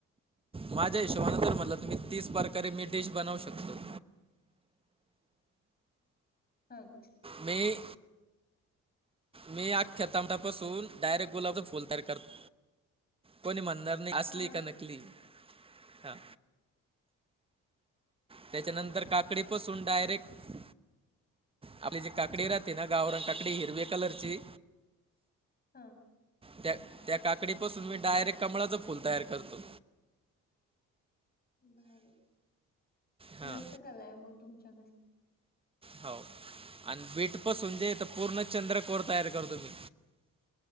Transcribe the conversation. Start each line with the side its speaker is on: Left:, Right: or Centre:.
Right: माझ्या हिशोबान तर म्हटलं तुम्ही तीस प्रकारे मी डिश बनवू शकतो.
Left: ह
Right: मी मी अख्ख्या तामटापासून डायरेक्ट गुलाबच फुल तयार करत कोणी म्हणणार असली
Left: हा
Right: का नकली हा त्याच्यानंतर काकडी पासून डायरेक्ट. आपली जी काकडी राहते ना गावरण काकडी हिरवे कलरची.
Left: हां.
Right: त्या त्या काकडी पाासून मी डायरेक्ट कमळाच फुल तयार करतो.
Left: भारी
Right: हां
Left: मग मस्त कला आहे तुमच्याकडे.
Right: हौ आणि बीट पासून तर पूर्ण चंद्रकोर तयार करतो मी.